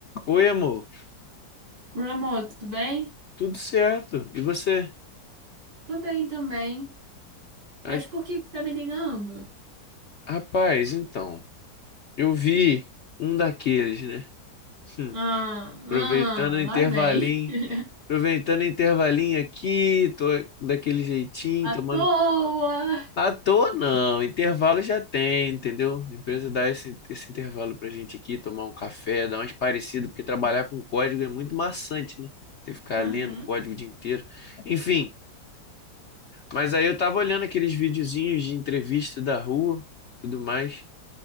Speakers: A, on the left; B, on the right.
A: Oi, amor.
B: Meu amor, tudo bem?
A: Tudo certo? E você?
B: Tô bem também. Mas
A: Ah,
B: por que que você tá me ligando?
A: Rapaz, então, eu vi um daqueles, né? Hum,
B: Ah,
A: Aproveitando
B: ah,
A: o intervalinho,
B: lá vem. <laughs>
A: aproveitando o intervalinho aqui, tô daquele jeitinho,
B: À
A: tomando.
B: toa.
A: À toa não, intervalo já tem, entendeu? A empresa dá esse, esse intervalo pra gente aqui, tomar um café, dar umas parecidas, porque trabalhar com código é muito maçante, né? Ter que ficar
B: Uhum.
A: lendo código o dia inteiro. Enfim, Mas aí eu tava olhando aqueles videozinhos de entrevista da rua, tudo mais.